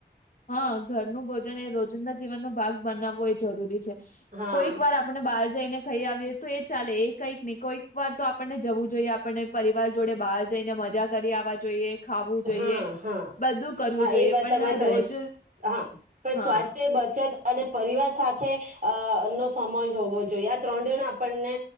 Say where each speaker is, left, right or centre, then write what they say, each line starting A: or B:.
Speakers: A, on the left (about 50°); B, on the right (about 45°).
A: હા ઘરનું બધું ને રોજિંદા જીવનનું ભાગ બનાવવો એ જરૂરી છે.
B: હા
A: કોઈક વાર આપણને બાહા જઈને ખાઈ આવીએ તો એ ચાલે એ કંઈક નહીં, કોઈક વાર તો આપણને જવું જોઈએ આપણને પરિવાર જોડે બહાર જઈને મજા કરી આવવા જોઈએ, ખાવું જોઈએ
B: હા હા
A: બધું કરવું
B: હા
A: જોઈએ
B: એ વાત
A: પણ
B: તમે ખરી
A: રોજ
B: હા પણ સ્વાસ્થ્ય
A: હા
B: બચત અને પરિવાર સાથે અ નો સમય હોવો જોઈએ. આ ત્રણ ડે નો આપણને